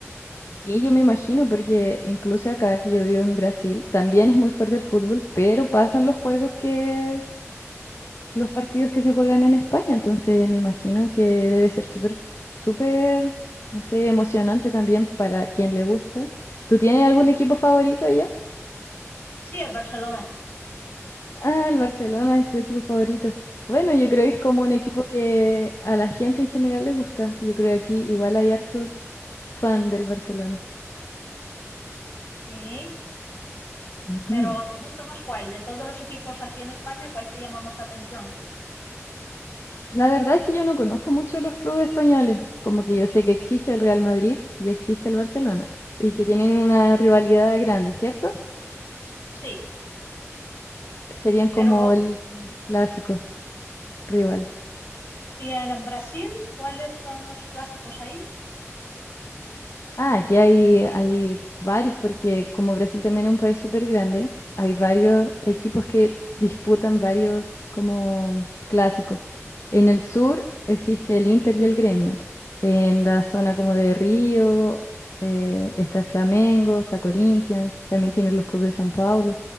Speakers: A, on the left (about 65°); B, on the left (about 50°).
A: Sí, yo me imagino, porque incluso acá que yo vivo en Brasil, también es muy fuerte el fútbol, pero pasan los juegos que los partidos que se juegan en España, entonces me imagino que debe ser súper, súper, no sé, emocionante también para quien le gusta. ¿Tú tienes algún equipo favorito allá?
B: Sí, el Barcelona,
A: Ah, el Barcelona es tu equipo favorito. Bueno, yo creo
B: sí,
A: que es como un equipo que a la gente en general le gusta. Yo creo que aquí igual hay hartos fan del Barcelona.
B: sí,
A: Ujú.
B: pero ¿te gusta más cuál? De todos los equipos aquí en España, ¿cuál te llama más la atención?
A: La verdad es que yo no conozco mucho los clubes españoles, como que yo sé que existe el Real Madrid y existe el Barcelona, y que tienen una rivalidad grande, ¿cierto?
B: Sí,
A: Serían como
B: pero
A: el clásico rival.
B: ¿y en Brasil? ¿Cuáles son los clásicos ahí?
A: Ah, aquí hay, hay varios, porque como Brasil también es un país súper grande, hay varios equipos que disputan varios como clásicos. En el sur existe el Inter y el Gremio. En la zona como de Río, eh, está el Flamengo, está Corinthians, también tienen los clubes de São Paulo.